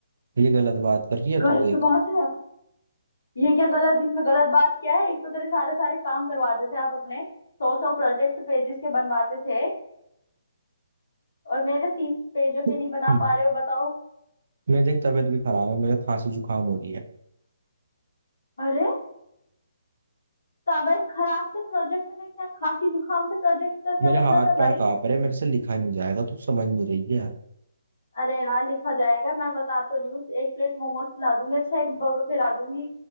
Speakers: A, on the right; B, on the left.
A: ये गलत बात कर रही है
B: गलत
A: तू देख
B: बात है ये क्या गलत इसमें गलत बात क्या है एक तो तेरे सारे सारे काम करवाते थे आप अपने सौ सौ प्रोजेक्ट पेजेस के बनवाते थे और मेरे तीस पेजों के
A: <clears throat>
B: नहीं बना
A: हम्म।
B: पा रहे हो बताओ
A: मैं देख तबीयत भी खराब है मुझे खांसी जुकाम हो रही है
B: अरे तबीयत खराब से प्रोजेक्ट में क्या खांसी जुकाम से प्रोजेक्ट का क्या
A: मेरे
B: मतलब
A: हाथ
B: है
A: पैर
B: भाई
A: कांप रहे हैं, मेरे से लिखा नहीं जाएगा तू समझ नहीं रही है
B: अरे यार लिखा जाएगा मैं बता तो रही हूँ एक प्लेट मोमोज खिला दूंगी अच्छा एक बर्गर खिला दूंगी